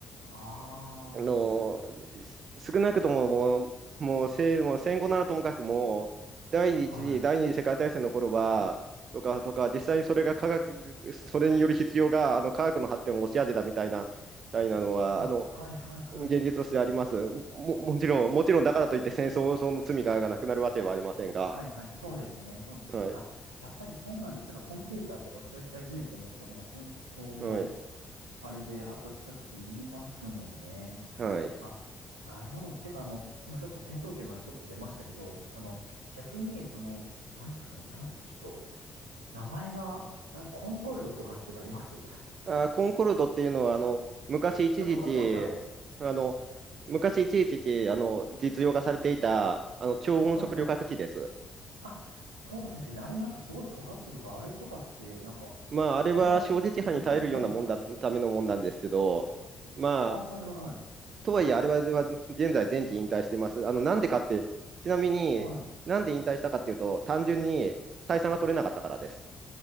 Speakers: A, on the right (about 85°); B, on the right (about 50°).
A: ああ、
B: あの、
A: なるほど。
B: す少なくとももう、もう、せ、もう戦後ならともかくも、第一次、
A: はい。
B: 第二次世界大戦の頃は、とか、とか、実際にそれが科学、それによる必要が、あの、科学の発展を押し当てたみたいな、みたいなのは、
A: あ、
B: あの、
A: はい、はい、はい。
B: 現実としてあります。も、もちろん、もちろんだからといって戦争の罪がなくなるわけはありませんが、
A: はいはい、そうですね、そうですね。
B: はい、
A: あ、やっぱりそうなんです。だからコンピューターとかそういった技術もやっぱなんか戦争の
B: はい、
A: あれで発達したって言いますもんね。
B: はい。
A: あ、なるほど。てかあの、今ちょっと戦闘機の話ちょっと出ましたけど、あの、逆にその、なんですかね、なんだっけ、ちょっと、名前が、あコンコルドとかっていうのあります
B: あー、コンコルドっていうのは、あの、昔一時期、
A: <laughs> 尖ってません、あれ。
B: あの、昔一時期、あの、実用化されていた、あの、超音速旅客機です。
A: はいはい。あ、そうですよね。あれなんかすごい尖ってるから、あれとかって、なんか、
B: まあ、あれは小説波に耐えるようなもんだ、
A: あれは分解しないのかなって。
B: ためのもんなんですけど、まあ、
A: あ、はいはいはい。
B: とはいえ、あれは、は現在、前期引退してます。あの、なんでかって、ちなみに、
A: はい。
B: なんで引退したかっていうと、単純に採算が取れなかったからです。